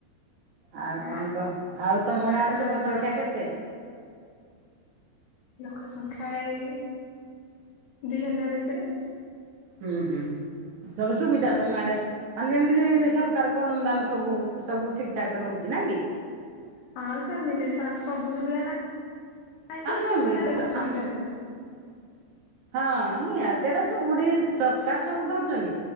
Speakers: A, on the right; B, on the left.
A: ଆଉ
B: ଆ
A: କଣ କହ। ଆଉ
B: ଆମର
A: ତମ ଗାଁରେ
B: ତ
A: ଲୋକ
B: ରଜ
A: ସଂଖ୍ୟା କେତେ?
B: ଲୋକ ସଂଖ୍ୟା ଏଇ ଦିଇ ହଜାର ଭିତରେ।
A: ହୁଁ ହୁଁ ସବୁ ସୁବିଧା ତମ ଆରେ। ମାନେ ଯେମିତି ସରକାରଙ୍କ ଅନୁଦାନ ସବୁ ସବୁ ଠିକ୍ ଠାକ୍ ରହୁଚି ନାଁ କି।
B: ହଁ ସେମିତି ସବ-ସବୁ ସୁବିଧା ନାହିଁ କି
A: ଆ
B: ସୁବିଧା
A: ଏମିତି ତ
B: <inaudible> ସୁବିଧା ହେଇଗଲେ।
A: ହଁ ନିହାତି ହେରା ସବୁଠି ସରକାର ସବୁ ଦୋଉଚନ୍ତି।